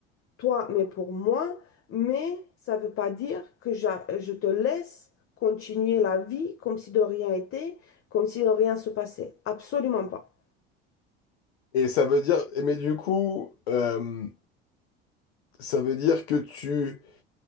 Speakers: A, on the left; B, on the left.
A: toi, mais pour moi. Mais ça veut pas dire que j'a- je te laisse continuer la vie comme si de rien était, comme si de rien se passait. Absolument pas.
B: Et ça veut dire, mais du coup, euh, ça veut dire que tu,